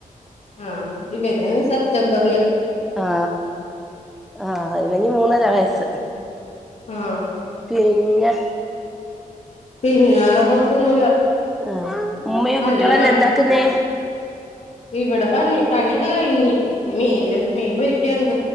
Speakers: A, on the left; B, in the centre.
A: ആ ഇല്ല ഞാ സെപ് റ്റമ്പറില്.
B: ആ ആ ഇവനി മൂന്നര വയസ്സ്.
A: ആ
B: പിന്നെ?
A: പിന്നെ വേറെ കൊഴപ്പൊന്വില്ല.
B: ആ ഉമ്മയും
A: നല്ല
B: കുട്ടികളെല്ലാം
A: മഴ.
B: എന്താക്കുന്നേ
A: ഇവിടെ പണിയെ, പണിയൊക്കെ കഴിഞ്ഞ്, നി മീന്റെ മീൻ പൊരിക്കാൻണ്ട്